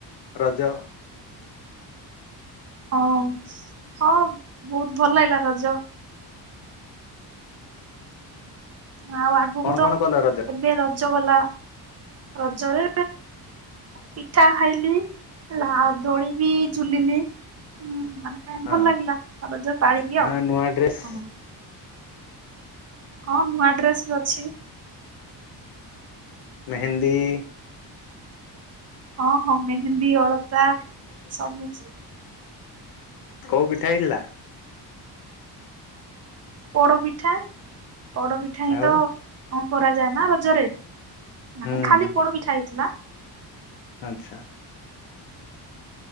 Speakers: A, on the left; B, on the right.
A: ରଜ ।
B: ହଁ ହଁ ବହୁତ ଭଲ ଲାଗିଲା ରଜ । ଆଉ ଆଗକୁ
A: କଣ
B: ତ
A: କଣ କଲ ରଜ
B: ଏବେ ର ଜ ଗଲା। ରଜରେ ପିଠା ଖାଇଲି ହେଲା ଆଉ ଦୋଳି ବି ଝୁଲିଲି। ମାନେ
A: ହଁ
B: ଭଲ ଲାଗିଲା ରଜ ପାଳିକି
A: ଆ
B: ଆଉ
A: ନୂଆ ଡ୍ରେସ୍
B: ହଁ। ହଁ ନୂଆ ଡ୍ରେସ ବି ଅଛି ।
A: ମେହେନ୍ଦୀ ।
B: ହଁ ହଁ ମେହେନ୍ଦୀ । ବି ଅଳତା ସବୁ ସ
A: କୋଉ ପିଠା ହେଇଥିଲା?
B: ପୋଡ଼ ପିଠା । ପୋଡ଼ପିଠା ହିଁ
A: ଆଉ
B: ତ ହ କରାଯାଏ ନା ରଜରେ ।
A: ହୁଁ
B: ନାଇଁ ଖାଲି
A: ହୁଁ
B: ପୋଡ଼ ପିଠା ହେଇଥିଲା।
A: ଆଚ୍ଛା ।